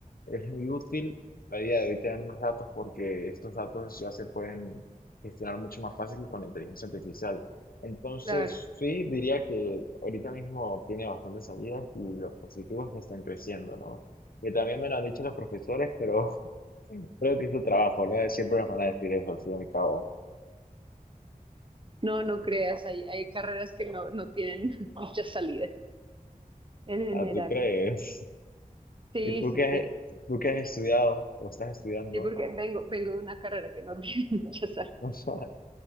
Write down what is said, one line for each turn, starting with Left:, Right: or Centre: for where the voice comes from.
Left: es muy útil la idea de hoy tener más datos porque estos datos ya se pueden gestionar mucho más fácil con la inteligencia artificial. Entonces,
Right: claro.
Left: sí, diría que ahorita mismo tiene bastantes salidas y lo positivo es que están creciendo, ¿no? Que también me lo han dicho los profesores, pero <laughs> creo que es su trabajo, ¿no? Siempre nos van a decir eso, al fin y al cabo.
Right: No, no creas, hay, hay carreras que no, no tienen <laughs> mucha salida en general.
Left: Ah, ¿tú crees? <laughs>
Right: Sí,
Left: ¿Y tú
Right: sí,
Left: qué,
Right: sí.
Left: tú qué has estudiado o estás estudiando?
Right: Sí, porque vengo, vengo de una carrera que no tiene <laughs> muchas artes.
Left: <laughs>